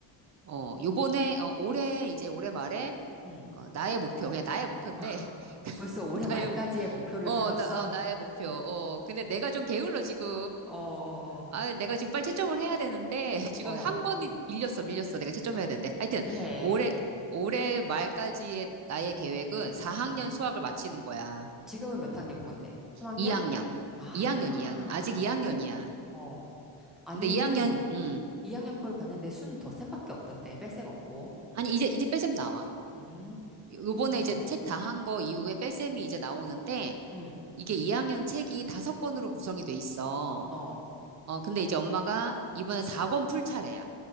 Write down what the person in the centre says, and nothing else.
응.
<laughs> 벌써 올해
말까지의
목표를
세웠어?
<laughs>
어, 어,
어. 어,
그래.
응.
지금은 몇 학년 건데? 3학년?
아,
어. 아니,
2학년 거를 봤는데 순 더 쌤밖에 없던데, 뺄셈 없고.
음,
음,
음,
어,